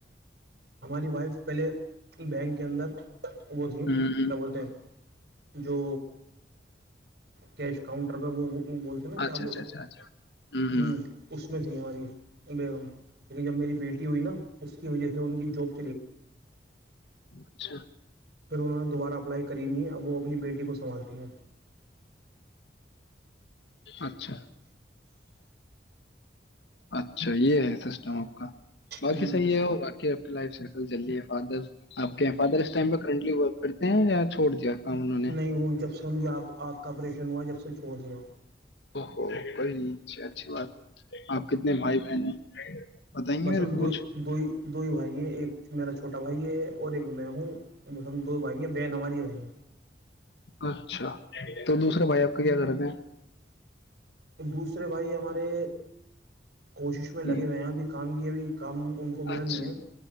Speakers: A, on the right (about 65°); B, on the left (about 70°).
A: ہماری وائف پہلے بینک کے اندر وہ تھی
B: ہیں؟ ہوں ہوں
A: کیا بولتے ہیں جو کیش کاؤنٹر میں وہ وہ وہ بولتے نا کیا
B: اچھا
A: بول
B: اچھا
A: رہا
B: اچھا اچھا ہوں ہوں
A: ہو اس میں تھی ہماری بیگم لیکن جب میری بیٹی ہوئی نا اس کی وجہ سے ان کی جاب
B: اچھا
A: پھر انوں نے دوبارہ اپلائی کری نہیں اب وہ اپنی بیٹی کو سمبھالتی ہیں
B: اچھا اچھا یہ ہے سسٹم آپ کا باقی
A: نہیں
B: صحیح ہے اور باقی آپ کی لائف سائیکل چل رہی ہے فادر آپ کے فادر اس ٹائم پہ کرنٹلی ورک کرتے ہیں یا چھوڑ دیا کام انہوں نے
A: نہیں وہ جب سن آپ آپھ کپریشن جب سے چھوڑ دیا
B: تو کئی اچھی بات آپ کتنے بھائی بہن ہیں بتائیں گے
A: بس
B: میرے
A: ہم
B: کو
A: دو
B: کچھ
A: دو دو ہی بھائی ہیں ایک میرا چھوٹا بھائی ہے اور ایک میں ہوں ہم دو بھائییاں بے ہماری ہوئے ہیں <inaudible>
B: اچھا تو دوسرے بھائی آپ کا کیا کرتے ہیں
A: دوسرے بھائی ہمارے کوشش میں لگے
B: ہوں
A: ہوئے ہیں اب بھی کام یہ بھی کام ان کو ملا
B: اچھا
A: نہیں ہے